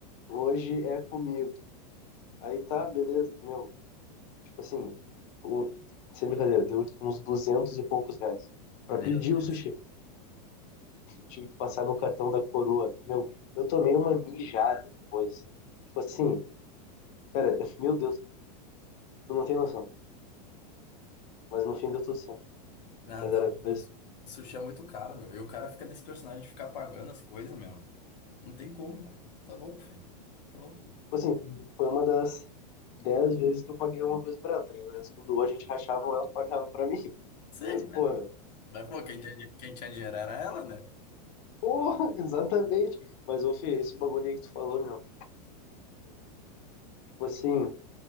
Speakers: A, on the left (about 50°); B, on the left (about 80°).
A: Hoje é comigo. Aí tá, beleza. Meu, tipo assim, o... sem brincadeira, deu uns 200 e poucos reais. Pra
B: meu
A: pedir
B: Deus.
A: o sushi, tive que passar no cartão da coroa. Meu, eu tomei uma mijada depois. Tipo assim, cara, <laughs> meu Deus, tu não tem noção. Mas no fim deu tudo certo.
B: Ah,
A: Mas
B: tá
A: era
B: louco.
A: isso.
B: Sushi é muito caro, meu. E o cara fica nesse personagem de ficar pagando as coisas, meu. Não tem como, velho. Tá louco, velho. Tá louco. meu.
A: Tipo assim, foi uma das dez vezes que eu paguei alguma coisa pra ela, tá ligado? O resto Tudo ou a gente rachava ou ela pagava pra mim.
B: Sim,
A: Mas, pô,
B: né? Mas, pô, quem tinha, quem tinha dinheiro era ela, né?
A: Porra, <laughs> exatamente. Mas, ô, Fê, esse bagulho aí que tu falou, meu, tipo assim,